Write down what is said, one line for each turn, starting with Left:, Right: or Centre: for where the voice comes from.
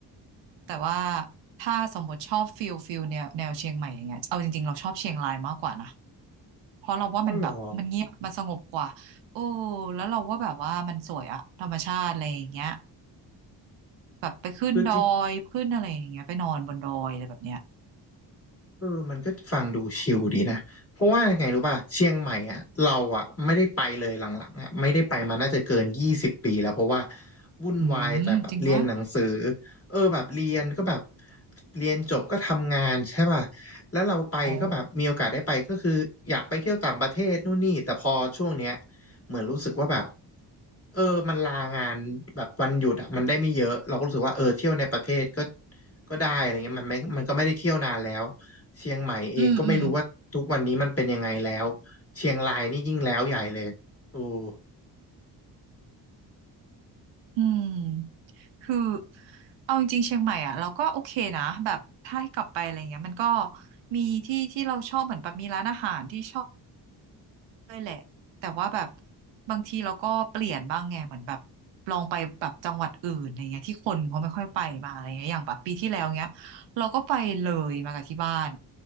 Right: แต่ว่าถ้าสมมติชอบฟิลฟิลแนวแนวเชียงใหม่อย่างเงี้ยเอาจริงๆเราชอบเชียงรายมากกว่านะเพราะเราว่ามันแบบมันเงียบมันสงบกว่าโอ้
Left: ก็หรอ
Right: แล้วเราว่าแบบว่ามันสวยอะธรรมชาติอะไรอย่างเงี้ยแบบไปขึ้นดอยขึ้นอะไรอย่างเงี้ยไปนอนบนดอยอะไรแบบเนี้ย
Left: คือจ เออมันก็ฟังดูชิลดีนะเพราะว่ายังไงรู้ป่ะเชียงใหม่อ่ะเราอ่ะไม่ได้ไปเลยหลังๆอ่ะไม่ได้ไปมาน่าจะเกินยี่สิบปีแล้วเพราะว่าวุ่นวายแต่แบบเรียนหนังสือ
Right: อืมจริงวะ
Left: เออแบบเรียนก็แบบเรียนจบก็ทำงานใช่ป่ะแล้วเราไปก็แบบมีโอกาสได้ไปก็คืออยากไปเที่ยวต่างประเทศนู่นนี่แต่พอช่วงเนี้ย
Right: โอ้
Left: เหมือนรู้สึกว่าแบบเออมันลางานแบบวันหยุดอ่ะมันได้ไม่เยอะเราก็รู้สึกว่าเออเที่ยวในประเทศก็ก็ได้อะไรเงี้ยมันไม่มันก็ไม่ได้เที่ยวนานแล้ว เชียงใหม่เองก็ไม่รู้ว่าทุกวันนี้มันเป็นยังไงแล้ว
Right: อืมอืม
Left: เชียงรายนี่ยิ่งแล้วใหญ่เลยโอ้โ
Right: อืมคือเอาจริงๆเชียงใหม่อ่ะเราก็โอเคนะแบบถ้าให้กลับไปอะไรเงี้ยมันก็มีที่ที่เราชอบเหมือนแบบมีร้านอาหารที่ชอบ ด้วยแหละแต่ว่าแบบบางทีเราก็เปลี่ยนบ้างไงเหมือนแบบลองไปแบบจังหวัดอื่นอะไรเงี้ยที่คนเขาไม่ค่อยไปมาอะไรเงี้ยอย่างแบบปีที่แล้วเงี้ยเราก็ไปเลยมากับที่บ้าน